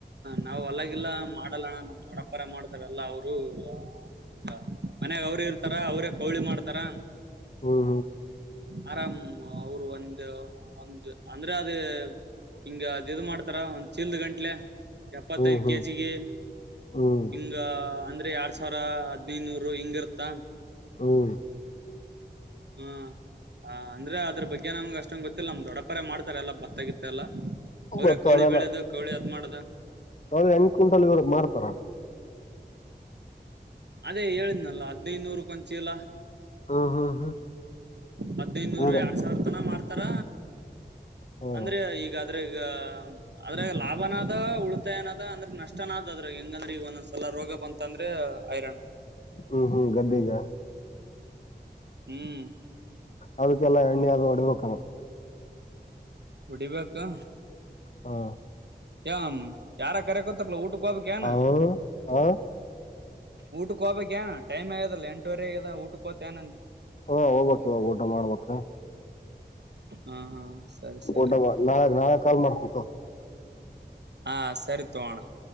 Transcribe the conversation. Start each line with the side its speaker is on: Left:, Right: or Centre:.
Right: ನಾವು ಹೊಲಗಿಲ್ಲ ಮಾಡಲ್ಲಣ ನಮ ದೊಡ್ಡ ಅವ್ರೆ ಮಾಡ್ತಾರಲ್ಲ ಅವರು ಈಗ ಮನ್ಯಾಗ ಅವ್ರೇ ಇರ್ತಾರ ಅವ್ರೇ ಕೌಳಿ ಮಾಡ್ತಾರ
Left: ಹ್ಮ್
Right: ಆರಾಮ ಅವರು ಒಂದ ಒಂದು ಅಂದ್ರೆ ಅದೇ ಹಿಂಗ ಅದು ಇದು ಮಾಡ್ತಾರ ಒಂದ್ ಚೀಲ್ದ ಗಂಟ್ಲೆ ಎಪ್ಪತ್ತೈದ
Left: ಹ್ಮ್ ಹ್ಮ್ ಹ್ಮ್
Right: ಕೆಜಿಗೆ
Left: ಹ್ಮ್
Right: ಹಿಂಗ ಅಂದ್ರೆ ಎರಡ್ ಸಾವಿರ ಹದಿನೈದು ನೂರು ಹಿಂಗ ಇರ್ತ
Left: ಹ್ಮ್ಮ್
Right: ಹ್ಮ್ ಹ ಅಂದ್ರೆ ಅದ್ರ ಬಗ್ಗೆ ನಮಗೆ ಅಷ್ಟೊಂದು ಗೊತ್ತಿಲ್ಲ ನಮ್ ದೊಡ್ಡಪರೆ ಮಾಡ್ತಾರೆ ಎಲ್ಲ ಭತ್ತಗಿತ್ತ ಎಲ್ಲಾ ಅವ್ರ
Left: ಮತ್ತ
Right: ಕೌಳಿ
Left: ಅದೆಲ್ಲ
Right: ಬೆಳೆದು ಕೌಳಿ ಅದ್ ಮಾಡದ
Left: ಕೌಳಿ ಕುಂಟಲ್ ಮಾಡ್ತಾರ
Right: ಅದೇ ಹೇಳಿದ್ನಲ್ಲ ಹದ್ನೈನೂರಕ್ಕೆ ಒಂದು ಚೀಲ
Left: ಹಾ ಹಾ ಹಾ
Right: ಹದಿನೈದುನೂರು
Left: ಅದ
Right: ಎರಡ್ ಸಾವಿರ ತನ ಮಾಡ್ತಾರ
Left: ಹ್ಮ್
Right: ಅಂದ್ರೆ ಈಗ ಆದ್ರ ಈಗ ಅದ್ರೆ ಲಾಭನದ ಉಳಿತಾಯನದ ಅಂದ್ರೆ ನಷ್ಟನಾದ್ ಅದ್ರ ಹೆಂಗಂದ್ರೆ ಈಗ ಒಂದೊಂದ ಸಲ ರೋಗ ಬಂತ ಅಂದ್ರೆ ಐರಾಣ ಆಯ್ತು
Left: ಹ್ಮ್ ಹ್ಮ್ ಗದ್ದೆಗೆ
Right: ಹ್ಮ್
Left: ಅದಕ್ಕೆಲ್ಲಾ ಎಣ್ಣೆ ಅದು ಹೊಡಿಬೇಕೇನು
Right: ಹೊಡಿಬೇಕಾ
Left: ಹಾ
Right: ಯ ಯಾರ ಕರೆಕೊತಾರಲ್ಲ ಊಟಕ್ಕೆ ಹೋಗಬೇಕೇನು
Left: ಅವ ಹ
Right: ಊಟಕ್ಕೆ ಹೋಗ್ಬೇಕಕ್ ಏ ಟೈಮ್ ಆಗದಲ್ಲ ಎಂಟುವರೆ ಆಗದ ಊಟಕ್ ಹೋತೇಏಂದ
Left: ಹಾ ಹೋಗಬೇಕ್ ಇವಾಗ ಊಟ ಮಾಡಬೇಕು
Right: ಹಾ ಹಾ ಸರಿ ಸರಿ
Left: ಊಟ ಮಾಡ್ ನಾಳೆ ನಾಳೆ ಕಾಲ್ ಮಾಡ್ತೀನಿ ತಕೊ
Right: ಹಾ ಸರಿ ತಕೊ ಅಣ್ಣ